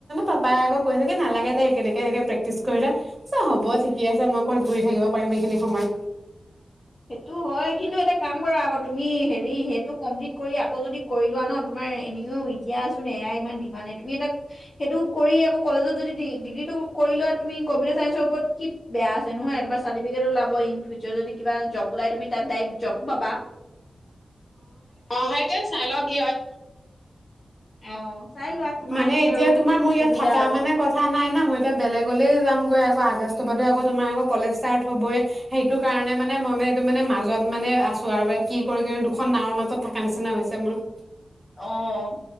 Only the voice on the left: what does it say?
সেইটো হয়, কিন্তু এটা কাম কৰা আকৌ তুমি হেৰি সেইটো কমপ্লিট কৰি আকৌ যদি কৰি লোৱা ন তোমাৰ এনেও এতিয়াচোন এয়াই ইমান ডিমানেই তুমি এটা সেইটো কৰি আকৌ কলেজত যদি ডিগ্ৰীটো কৰি লোৱা তুমি কম্পিউটাৰ চাইন্সৰ ওপৰত কি বেয়া আছে নহয়, তোমাৰ চাৰ্টিফিকেট উলাব ইনফিউচাৰ যদি কিবা জপ ওলাই তুমি তাত ডাইৰেক্ট জপো পাবা। অ', সেইটোৱে চাই লওঁ কি হয় অ। চাই লোৱা তোমাৰ
যি
আৰু
সুবিধা
আৰু
অ',